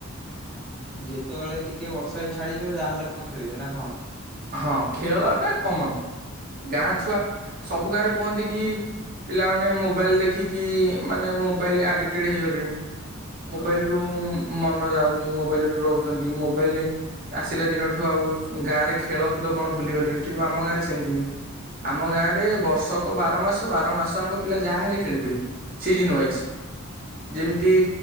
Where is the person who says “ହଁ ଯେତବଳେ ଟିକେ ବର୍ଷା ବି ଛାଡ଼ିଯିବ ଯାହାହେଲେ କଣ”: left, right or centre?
Centre